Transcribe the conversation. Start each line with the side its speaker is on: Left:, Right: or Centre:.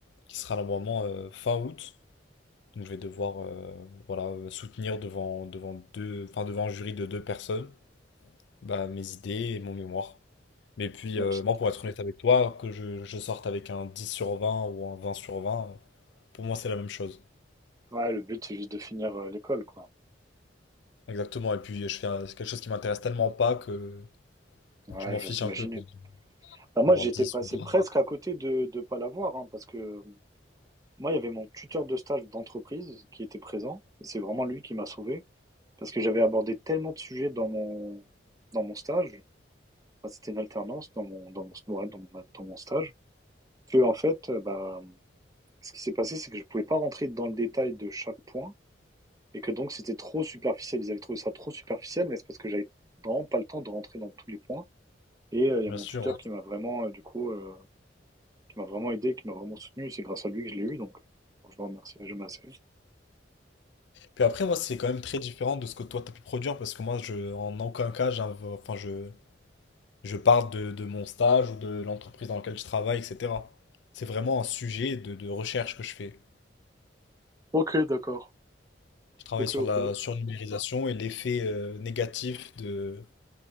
Left: qui sera normalement euh, fin août. Donc je vais devoir euh, voilà, euh, soutenir devant, devant deux, enfin, devant un jury de deux personnes bah, mes idées et mon mémoire. Mais puis,
Right: Ouais,
Left: euh,
Right: tu
Left: moi, pour être honnête avec toi, que je, je sorte avec un 10 sur 20 ou un 20 sur 20 euh, pour moi, c'est la même chose.
Right: ouais, le but, c'est juste de finir, heu, l'école, quoi.
Left: Exactement, et puis je fais un- c'est quelque chose qui m'intéresse tellement pas que
Right: Ouais,
Left: je m'en fiche
Right: j'ose imaginer.
Left: un peu quoi,
Right: Bah, moi,
Left: d'avoir
Right: j'étais
Left: 10
Right: passé
Left: ou 20.
Right: presque à côté de de pas l'avoir, hein, parce que, hem, moi, il y avait mon tuteur de stage d'entreprise qui était présent et c'est vraiment lui qui m'a sauvé parce que j'avais abordé tellement de sujets dans mon dans mon stage, enfin, c'était une alternance dans mon dans mon ouais, dans mon al dans mon stage qu'en fait, heu, bah, ce qui s'est passé, c'est que je pouvais pas rentrer dans le détail de chaque point Et que donc c'était trop superficiel, ils avaient trouvé ça trop superficiel, mais c'est parce que j'avais vraiment pas le temps de rentrer dans tous les points. Et heu, il y
Left: Bien
Right: a mon
Left: sûr,
Right: tuteur qui m'a vraiment, heu, du coup, heu, qui m'a vraiment aidé, qui m'a vraiment soutenu. C'est grâce à lui que je l'ai eu, donc euh, je le remercierai jamais assez.
Left: Puis après, moi, c'est quand même très différent de ce que toi, t'as pu produire, parce que moi, je, en aucun cas, j'inv- enfin, je, je parle de, de mon stage ou de l'entreprise dans laquelle je travaille, etc. C'est vraiment un sujet de, de recherche que je fais.
Right: OK, d'accord.
Left: Je travaille
Right: OK,
Left: sur
Right: OK.
Left: la surnumérisation et l'effet euh, négatif de,